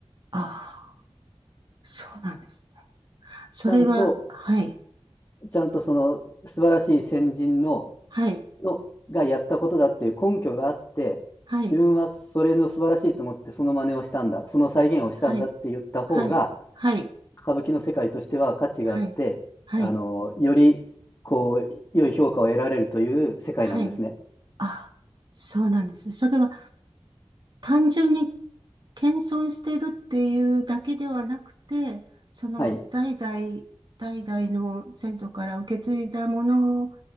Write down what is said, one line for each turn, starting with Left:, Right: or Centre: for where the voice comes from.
Right: ああ、そうなんですね。それは、
Left: ちゃんと、
Right: はい、
Left: ちゃんとその素晴らしい先人の
Right: はい、
Left: のがやったことだっていう根拠があって自分はそれの素晴らしいと思ってその真似をしたんだその再現をしたんだって言った方が
Right: はい、はい、はい、はい、
Left: 歌舞伎の世界としては価値があってあのよりこう良い評価を得られるという世界なんですね。
Right: はい、はい、はい、ああ、そうなんですね。それは、単純に謙遜してるっていうだけではなくて、その代々、
Left: はい、
Right: 代々の先祖から受け継いだものを